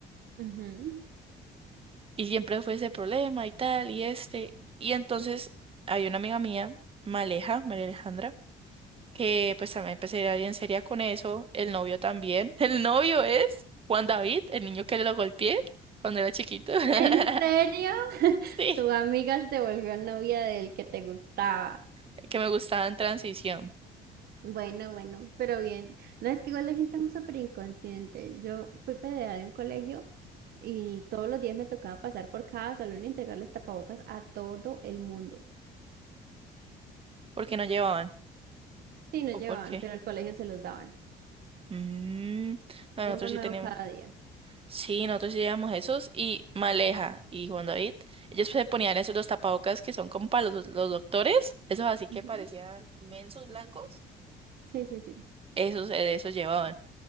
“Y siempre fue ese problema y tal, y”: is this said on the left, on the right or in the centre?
Right